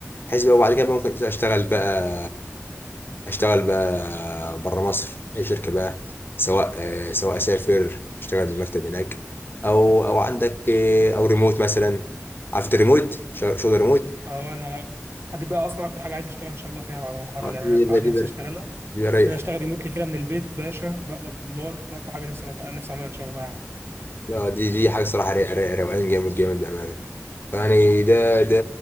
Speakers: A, on the left; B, on the right.
A: بحيث بقى وبعد كده بقى ممكن اشتغل بقى اشتغل بقى بره مصر اي شركه بقى سواء آه، سواء اسافر اشتغل من المكتب هناك او او عندك آه، او ريموت مثلا عارف الريموت شغل شغل ريموت
B: اه انا دي بقى اصلا اكتر حاجه عايز اشتغل ان شاء الله فيها بعد ما اتخرج
A: دي
B: يعني انا اكتر
A: دي-
B: حاجه
A: دي-
B: نفسي
A: دي-
B: اشتغلها ان
A: دي-
B: انا اشتغل ريموتلي كده من البيت باشا بقبض بالدولار ده اكتر حاجه نفسي بقى نفسي اعملها ان شاء الله يعني
A: لا دي دي حاجه صراحه ري- ري- روقان جامد جامد بامانه يعني ده ده